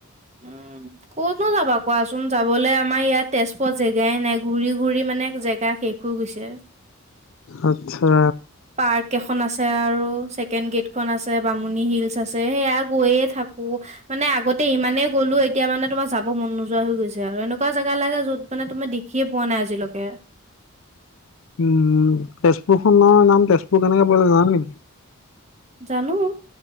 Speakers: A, on the right; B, on the left.
A: উম। ক'তনো যাবা কোৱাচোন যাবলে আমাৰ ইয়াত তেজপুৰত জেগায়ে নাই ঘূৰি ঘূৰি মানে জেগা শেষ। কয় গৈছে।
B: আচ্ছা।
A: পাৰ্ক এখন আছে আৰু ছেকেণ্ড গেটখন আছে বামুণী হিলচ আছে সেয়া গৈয়ে থাকো। মানে আগতে ইমানে গ'লো এতিয়া মানে তোমাৰ যাব মন নোযোৱা হৈ গৈছে আৰু এনেকা জেগা লাগে যত মানে তুমি দেখিয়ে পোৱা নাই আজিলৈকে।
B: উম তেজপুৰ খনৰ নাম, তেজপুৰ কেনেকে পৰিলে জানা নেকি?
A: জানো,